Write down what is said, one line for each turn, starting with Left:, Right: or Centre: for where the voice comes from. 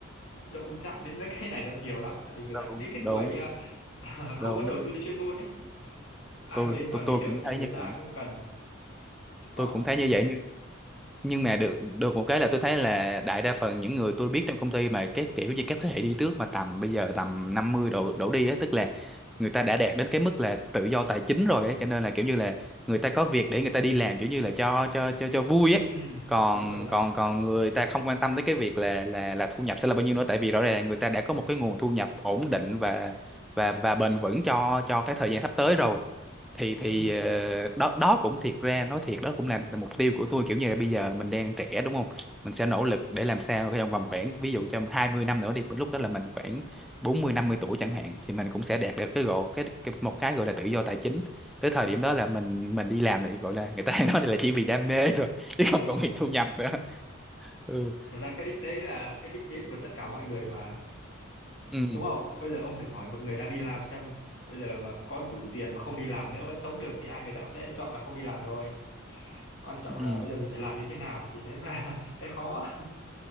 Left: động chạm đến mấy <laughs> cái này đâu nhiều lắm tại vì người
Centre: đúng
Left: ta cũng đến cái
Centre: đúng
Left: tuổi ờ, <laughs>
Centre: đúng
Left: không muốn đầu tư cho chuyên môn ấy ai
Centre: tôi
Left: mà lên quản
Centre: tôi
Left: lý
Centre: tôi
Left: được
Centre: cũng
Left: thì
Centre: thấy
Left: người
Centre: như
Left: ta
Centre: vậy
Left: không cần chứ còn
Centre: tôi cũng thấy như vậy nhưng mà được được một cái là tôi thấy là đại đa phần những người tôi biết trong công ty mà cái kiểu như các thế hệ đi trước mà tầm bây giờ tầm 50 đổ đổ đi á tức là người ta đã đạt đến cái mức là tự do tài chính rồi ấy cho nên là kiểu như là người ta có việc để người ta đi làm kiểu như là cho cho cho cho vui ấy
Left: ừ
Centre: còn
Left: đúng rồi đúng rồi
Centre: còn còn người ta không quan tâm tới cái việc là là là thu nhập sẽ là bao nhiêu nữa tại vì rõ ràng là người ta đã có một cái nguồn thu nhập ổn định và và và bền vững cho cho cái thời gian sắp tới rồi thì thì
Left: ừ
Centre: ờ, đó đó cũng thiệt ra nói thiệt đó cũng là mục tiêu của tôi kiểu như là bây giờ mình đang trẻ đúng không mình sẽ nỗ lực để làm sao trong vòng khoảng ví dụ trong 20 năm nữa đi lúc đó là mình khoảng bốn mươi năm mươi tuổi chẳng hạn thì mình cũng sẽ đạt được cái gọi cái, cái một cái gọi là tự do tài chính tới thời điểm đó là mình mình đi làm thì gọi là người ta <laughs> hay nói là chỉ vì đam mê rồi chứ
Left: đúng
Centre: không
Left: rồi
Centre: còn vì thu nhập nữa ừ
Left: thật ra cái đích đấy là cái đích đến của tất cả mọi người mà
Centre: ừ
Left: đúng không bây giờ ông thử hỏi một người đang đi làm xem bây giờ mà có đủ tiền mà không đi làm nữa vẫn sống được thì ai người ta cũng sẽ chọn là không đi làm rồi quan trọng
Centre: ừ
Left: là bây giờ mình phải làm như thế nào thì nếu là <laughs> cái khó